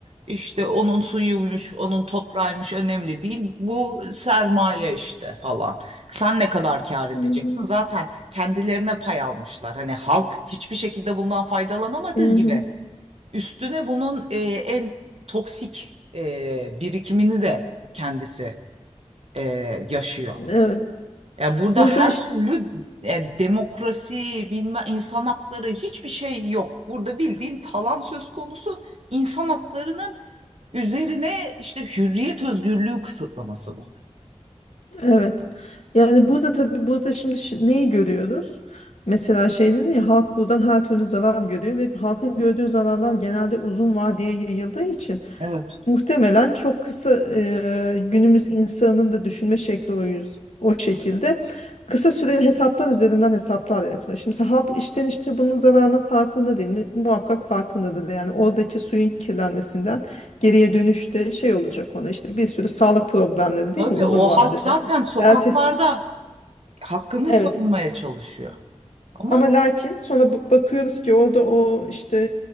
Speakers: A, on the right; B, on the left.
A: İşte onun suyuymuş, onun toprağıymış önemli değil. Bu sermaye işte falan. Sen ne kadar kâr edeceksin?
B: Hı hı.
A: Zaten kendilerine pay almışlar. Hani halk hiçbir şekilde bundan faydalanamadığı
B: Hı
A: gibi
B: hı.
A: üstüne bunun e, en toksik e, birikimini de kendisi e, yaşıyor.
B: Evet.
A: Ya burada
B: Burada
A: her
B: işte,
A: türlü e, demokrasi, bilme insan hakları hiçbir şey yok. Burada bildiğin talan söz konusu insan haklarının üzerine işte hürriyet özgürlüğü kısıtlaması bu.
B: evet. Yani burada tabii burada şimdi şi- neyi görüyoruz? Mesela şey dedin ya halk buradan her türlü zarar görüyor ve halkın gördüğü zararlar genelde uzun vadeye yayıldığı için
A: Evet.
B: Muhtemelen çok kısa e, günümüz insanının da düşünme şekli o, yüz, o şekilde. Kısa süreli hesaplar üzerinden hesaplar yapılıyor. Şimdi sen halk işten işte bunun zararının farkında değil mi? Muhakkak farkındadır. Yani oradaki suyun kirlenmesinden geriye dönüşte şey olacak ona işte bir sürü sağlık problemleri değil
A: Tabii
B: mi uzun
A: o
B: vadede?
A: halk zaten sokaklarda
B: Erte,
A: hakkını
B: evet.
A: savunmaya çalışıyor. Ama
B: Ama lakin sonra b- bakıyoruz ki orada o işte